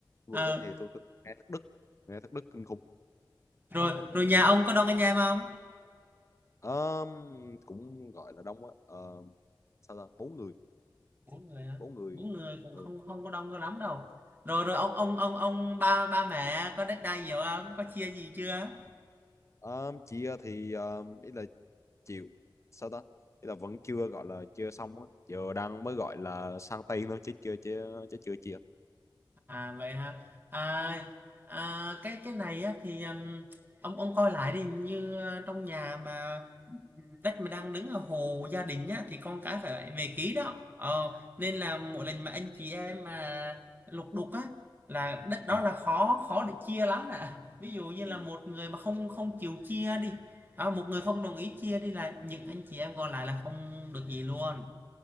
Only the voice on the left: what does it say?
vụ
đó thì tôi, tôi nghe thất đức nghe thất đức kinh khủng
Ờm, cũng gọi là đông á Ờm, sao ta bốn người
bốn người
ừ.
Ờm, chị ờ, thì ờm, ý là chịu sao ta ý là vẫn chưa gọi là chưa xong á giờ đang mới gọi là sang tay thôi chứ chưa chưa chứ chưa chia
ừ.
ừ.